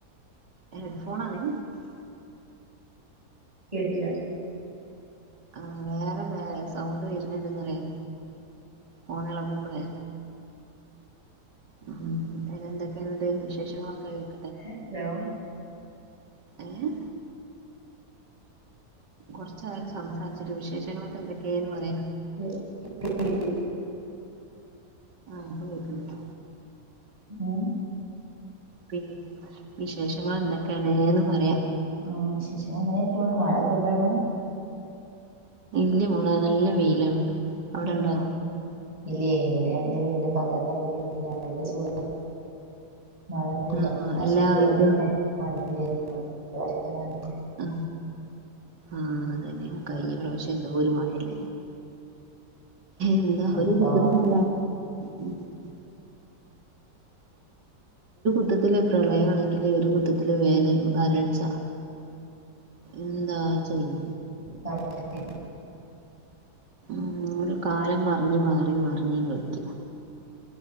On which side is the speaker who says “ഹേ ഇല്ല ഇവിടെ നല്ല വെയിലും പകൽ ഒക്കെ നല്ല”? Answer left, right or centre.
Right